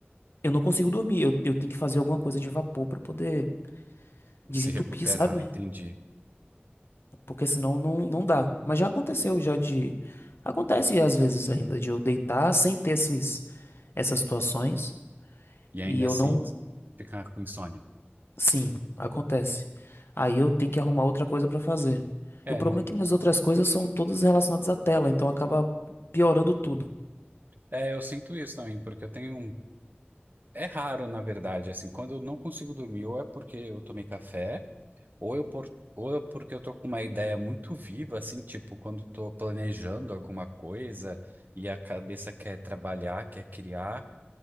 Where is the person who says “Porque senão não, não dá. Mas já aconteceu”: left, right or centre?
Left